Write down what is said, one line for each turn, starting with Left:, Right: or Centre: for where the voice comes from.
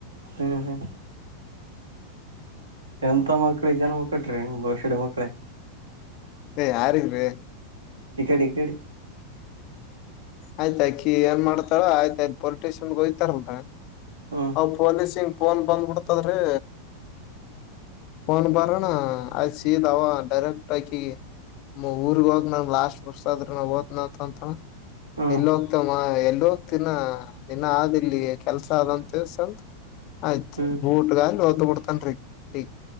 Right: ಹ್ಮ್ ಹ್ಮ್. ಎಂತ ಮಕ್ಳಿಗ್ ಜನ್ಮಾ ಕಟ್ರಿ ಬಸುಡಿ ಮಕ್ಳ.
Left: ಏ ಯಾರಿಗ್ರಿ.
Right: ಇಕಡ್ ಇಕಡಿ.
Left: ಆಯ್ತಕಿ ಏನ್ ಮಾಡ್ತಾಳ ಆಯ್ತ್ ಅಕಿ ಪೊಲಿಟಿಷಿಯನ್ಗೆೋಯ್ತಾರಂತ.
Right: ಹ್ಮ್.
Left: ಒಂದ್ ಪೊಲೀಸಿಂದ್ ಫೋನ್ ಬಂದ್ಬಿಡ್ತದ್ರೆ. ಮೋನ್ ಬರಣ ಆಲ್ ಸಿದಾವ ಡೈರೆಕ್ಟ್ ಅಕಿ. ಮಾ ಊರ್ಗ್ ಹೋಗ್ ನಂಗ್ ಲಾಸ್ಟ್ ಬಸದ್ರ ನಾವ್ ಓತ್ನಾ ಅಂತ್ ಅಂತಾಳ.
Right: ಹ್ಮ್
Left: ಎಲೋಗ್ತನ ಎಲೋಗ್ತಿನ ಇನ್ನ ಅಗಿಲ್ಲಿ ಕೆಲ್ಸ ಅದಂ. ದಿವ್ಸಂತ್ ಆಯ್ತ್
Right: ಹ್ಮ್
Left: ಬೂಟ್ಗಲಾಲ್ ಒದ್ ಬಿಡ್ತನ್ ರೀ. <unintelligible>